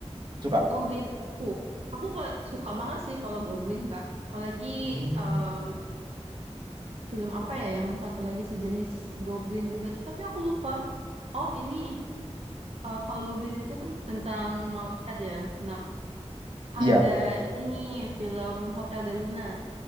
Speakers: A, on the right; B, on the right.
A: Suka.
B: Goblin. Uh, aku pa- suka banget sih kalau Goblin, Kak. Apalagi
A: Hmm,
B: em, film apa ya yang satu lagi sejenis Goblin juga tuh, tapi aku lupa. Oh, ini eh, kalau Goblin itu kan tentang malaikat ya. Nah,
A: iya.
B: ada ini film Hotel de Luna.